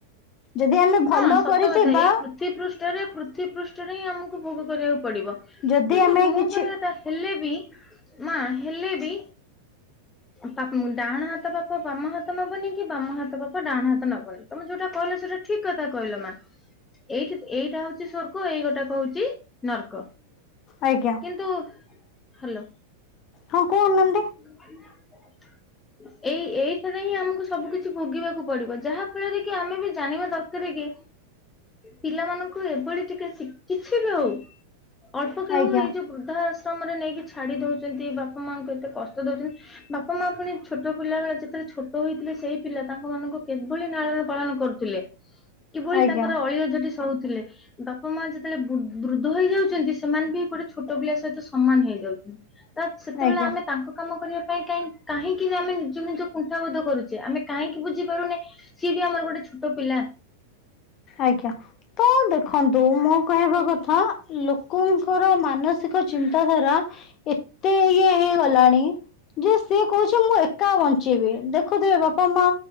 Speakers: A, on the left; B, on the left.
A: ଯଦି ଆମେ ବ
B: ହଁ
A: ଫଲୋ
B: ସତ
A: କରିଥିବା
B: କଥା ଏଇ ପୃଥିବୀ ପୃଷ୍ଠରେ ପୃଥିବୀ ପୃଷ୍ଠରେ ହିଁ ଆମକୁ ଭୋଗ କରିବାକୁ ପଡିବ।
A: ଯଦି
B: କିନ୍ତୁ
A: ଆମେ
B: ମୁଁ
A: କିଛି
B: କହିବା ଥା ହେଲେ ବି ମା ହେଲେ ବି ପାପ ଡାହାଣ ହାତ ପାପ ବାମ ହାତ ନବନି କି ବାମ ହାତ ପାପ ଡାହାଣ ହାତ ନବନି। ତମେ ଯୋଉଟା କହିଲ ସେଟା ଠିକ କଥା କହିଲ ମା ଏଇଠି ଏଇଟା ହଉଛି ସ୍ଵର୍ଗ ଏଇ ଗୋଟାକ ହଉଛି ନର୍କ
A: ଆଜ୍ଞା
B: କିନ୍ତୁ ହାଲୋ।
A: ହଁ କହୁନାହାନ୍ତି।
B: <inaudible> ଏଇ ଏଇଠାରେ ହିଁ ଆମକୁ ସବୁ କିଛି ଭୋଗିବାକୁ ପଡିବ ଯାହା ଫଳରେ କି ଆମେ ବି ଜାଣିବା ଦରକାର କି ପିଲାମାନଙ୍କୁ ଏଭଳି ଟିକେ ଶିକ କିଛି ବି ହଉ ଅଳ୍ପକ
A: ଆଜ୍ଞା।
B: ହଉ ଏ ଯୋଉ ବୃଦ୍ଧା ଆଶ୍ରମରେ ନେଇକି ଛାଡି ଦଉଛନ୍ତି ବାପା ମାଙ୍କୁ ଏତେ କଷ୍ଟ ଦଉଛନ୍ତି ବାପା ମା ପୁଣି ଛୋ ଛୋଟ ପିଲାବେଳେ ଯେତେବେଳେ ଛୋଟ ହେଇଥିଲେ ସେଇ ପିଲା ତାଙ୍କ ମାନଙ୍କୁ କିଭଳି ନାଳନ ପାଳନ କରୁଥିଲେ କିଭଳି
A: ଆଜ୍ଞା
B: ତାଙ୍କର ଅଳିଆ ଅଝଟି ସହୁଥିଲେ ବାପା ମା ଯେତେବେଳେ ବୃ ବୃଦ୍ଧ ହେଇଯାଉଛନ୍ତି ସେମାନେ ବି ଗୋଟେ ଛୋଟ ପିଲା ସହିତ ସମାନ ହେଇଯାଉଛନ୍ତି ତ ସେତେବେଳେ
A: ଆଜ୍ଞା
B: ଆମେ ତାଙ୍କ କାମ କରିବା ପାଇଁ କାହିଁ କାହିଁକି ନା ଆମେ ନିଜକୁ ନିଜ କୁଣ୍ଠାବୋଧ କରୁଛେ ଆମେ କାହିଁକି ବୁଝିପାରୁନି ସିଏ ବି ଆମର ଗୋଟେ ଛୋଟ ପିଲା।
A: ଆଜ୍ଞା। ତ ଦେଖନ୍ତୁ ମୁଁ କହିବା କଥା ଲୋକଙ୍କର ମାନସିକ ଚିନ୍ତାଧାରା ଏତେ ଇୟ ହେଇଗଲାଣି ଯେ ସିଏ କହୁଛି ମୁଁ ଏକା ବଞ୍ଚେଇବି ଦେଖୁଥିବେ ବାପା ମା